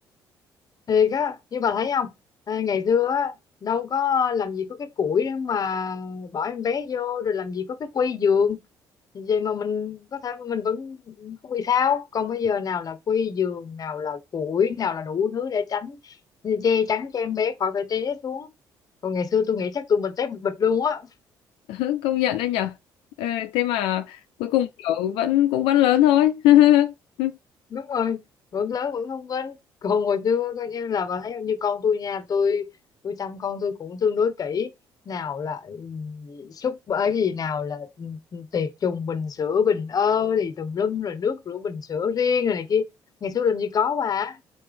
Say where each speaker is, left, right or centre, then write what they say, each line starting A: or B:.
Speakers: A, on the left (about 45°); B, on the left (about 80°).
A: thiệt á như bà thấy không à, ngày xưa á đâu có làm gì có cái củi để mà bỏ em bé vô rồi làm gì có cái quy giường vậy mà mình có thể mình vẫn không bị sao còn bây
B: Ừ,
A: giờ nào là quy giường nào là củi nào là đủ thứ để tránh che chắn cho em bé khỏi phải té xuống còn ngày xưa tôi nghĩ chắc tụi mình té bịch bịch luôn á
B: <laughs> công nhận đấy nhở Ê, thế mà cuối cùng kiểu vẫn cũng vẫn lớn thôi <laughs>
A: đúng rồi vẫn lớn vẫn thông minh còn hồi xưa coi như là bà thấy không? như con tôi nha tôi tôi chăm con tôi cũng tương đối kỹ nào là ừm, súc bởi gì nào là ừm, tiệt trùng bình sữa bình ơ thì tùm lum rồi nước rửa bình sữa riêng rồi này kia ngày xưa làm gì có bà